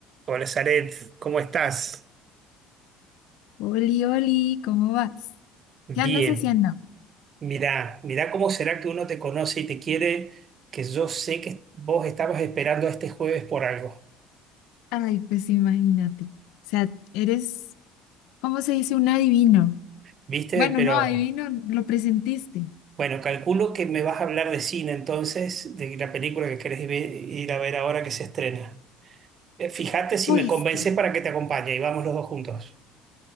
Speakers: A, on the right; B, on the left.
A: Hola, Zaret, ¿cómo estás?
B: Oli, Oli, ¿cómo vas?
A: Bien.
B: ¿Qué andas haciendo?
A: Mirá, mirá cómo será que uno te conoce y te quiere, que yo sé que vos estabas esperando a este jueves por algo,
B: Ay, pues imagínate. O sea, eres, ¿cómo se dice? Un adivino.
A: ¿viste?
B: Bueno,
A: Pero
B: no, adivino, lo presentiste.
A: bueno, calculo que me vas a hablar de cine entonces, de la película que querés ve- ir a ver ahora que se estrena. Eh, Fíjate si
B: Pues
A: me convences
B: sí.
A: para que te acompañe y vamos los dos juntos.